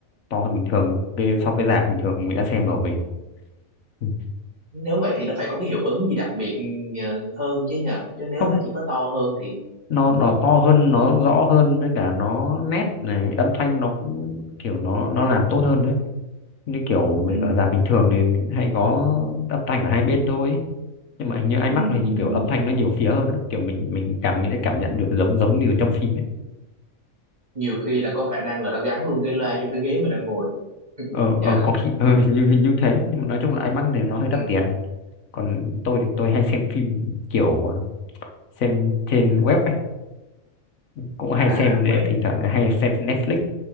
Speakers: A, on the left; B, on the right.
A: to hơn bình thường cái so với rạp bình thường mình đã xem rồi Ừ.
B: nếu vậy thì nó phải có cái hiệu ứng gì đặc biệt ờ, hơn chứ nhờ chứ nếu
A: không
B: mà chỉ có to hơn thì
A: nó nó to hơn nó rõ hơn với cả nó nét này âm thanh nó cũng kiểu nó nó làm tốt hơn đấy như kiểu mình
B: ừ
A: ở rạp bình thường thì mình hay có âm thanh ở hai bên thôi nhưng mà hình như IMAX
B: ừ
A: này
B: ừ
A: thì kiểu
B: ừ
A: âm thanh nó nhiều phía hơn đấy kiểu mình mình cảm mình sẽ cảm nhận được giống giống như ở trong phim ấy
B: nhiều khi là có khả năng là nó gắn luôn cái loa vô cái ghế mình đang ngồi
A: ờ,
B: nha
A: ờ có khi ờ, <laughs> hình như hình như thế nhưng mà nói chung là IMAX này nó hơi đắt
B: ừ.
A: tiền còn tôi thì tôi hay xem phim kiểu ờ, xem trên web ấy cũng hay
B: à
A: xem ờ,
B: web
A: thỉnh thoảng hay xem Netflix